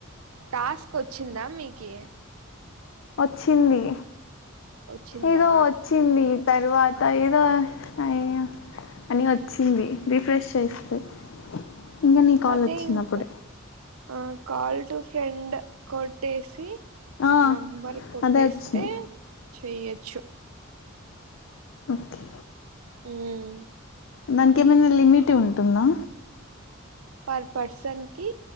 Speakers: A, on the right; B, on the left.
A: టాస్క్ ఒచ్చిందా మీకి
B: వచ్చింది
A: వచ్చిందా
B: ఏదో ఒచ్చింది తరువాత ఏదో అయ్య అని వచ్చింది రిఫ్రెష్ చేస్తే ఇంగ నీ కాల్
A: అదే
B: వచ్చింది
A: ఇంకా
B: అప్పుడే
A: ఆ కాల్ టు ఫ్రెండ్ కొట్టేసి
B: ఆ
A: నంబర్ కొట్టేస్తే
B: అదే వచ్చింది
A: చెయ్యొచ్చు.
B: ఓకే
A: ఉమ్
B: దానికేమైనా లిమిట్ ఉంటుందా?
A: పర్ పర్సన్కి